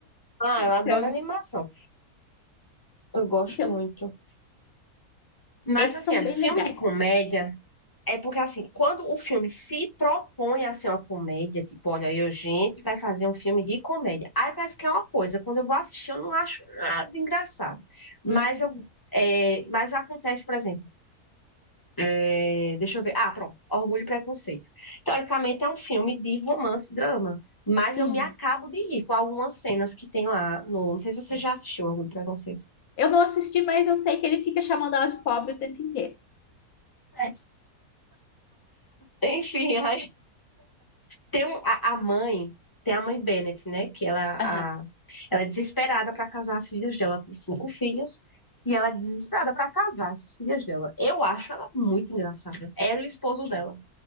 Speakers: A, on the left (about 15°); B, on the left (about 65°).
A: ah,
B: Então,
A: eu adoro animação. Eu gosto
B: então
A: muito. Mas
B: esses
A: assim,
B: são
A: olha,
B: bem
A: filme
B: legais.
A: de comédia é porque assim, quando o filme se propõe a ser uma comédia, tipo, olha, eu, gente, vai fazer um filme de comédia. Aí parece que é uma coisa, quando eu vou assistir, eu não acho nada engraçado. Mas
B: Hum,
A: eu é, mas acontece, por exemplo, é, deixa eu ver. Ah, pronto, Orgulho e Preconceito. Teoricamente é um filme de romance e drama, mas
B: sim.
A: eu me acabo de rir com algumas cenas que tem lá no, não sei se você já assistiu Orgulho e Preconceito.
B: Eu não assisti, mas eu sei que ele fica chamando ela de pobre o tempo inteiro.
A: É. Enfim, <laughs> Tem um- a, a mãe, tem a mãe Bennett, né? Que ela,
B: Aham.
A: a, ela é desesperada para casar as filhas dela. Ela tem cinco filhas e ela é desesperada para casar as filhas dela. Eu acho ela muito engraçada. Ela e o esposo dela.